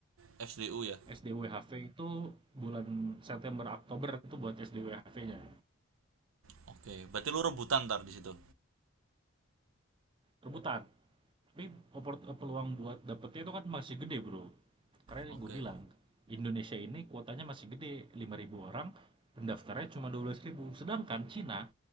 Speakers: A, on the right; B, on the right.
A: SDU ya.
B: SDUWHV itu bulan September Oktober itu buat SDUWHV-nya.
A: Oke, berarti lu rebutan ntar di situ.
B: Rebutan. Tapi opor- eh, peluang buat dapetnya itu kan masih gede, Bro. Karena
A: Oke.
B: gue bilang, Indonesia ini kuotanya masih gede, 5.000 orang, pendaftarnya cuma 12.000. Sedangkan Cina